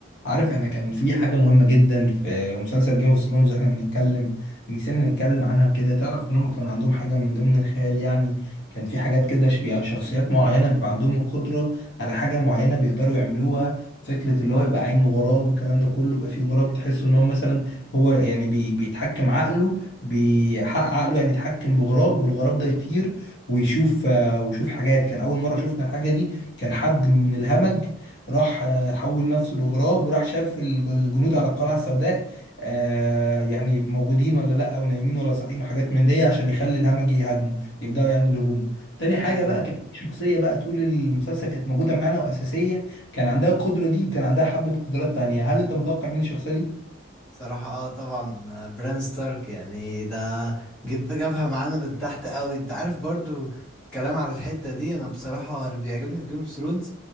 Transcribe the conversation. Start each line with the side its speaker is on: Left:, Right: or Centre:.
Left: عارف انا كان في حاجة مهمة جدا في مسلسل جيم اوف ثرونز احنا بنتكلم نسينا نتكلم عنها وكده تعرف ان هم كان عندهم حاجة من ضمن الخيال يعني كان في حاجات كده ش- يعني شخصيات معينة بيبقى عندهم القدرة على حاجة معينة بيقدروا يعملوها فكرة اللي هو يبقى عين غراب والكلام ده كله يبقى فيه غراب تحس ان هو مثلا هو يعني بي بيتحكم عقله بيحقق عقله يعني يتحكم بغراب والغراب ده يطير ويشوف آه، ويشوف حاجات كان اول مرة شفنا الحاجة دي كان حد من الهمج راح آه، حول نفسه لغراب وراح شاف ال- الجنود على القلعة السوداء آه، يعني موجودين ولا لا او نايمين ولا صاحيين وحاجات من دي عشان يخلي الهمج يهاجمه يبداوا يعني الهجوم تاني حاجة
Centre: ايوه
Left: بقى كانت في شخصية بقى طول المسلسل كانت موجودة معانا وأساسية كان عندها القدرة دي وكان عندها حبة قدرات تانية هل أنت متوقع مين الشخصية دي؟
Centre: صراحة اه طبعا آه، بران ستارك يعني ده جيب جابها معانا من تحت قوي انت عارف برضو الكلام على الحتة دي انا بصراحة اللي بيعجبني في جيم اوف ثرونز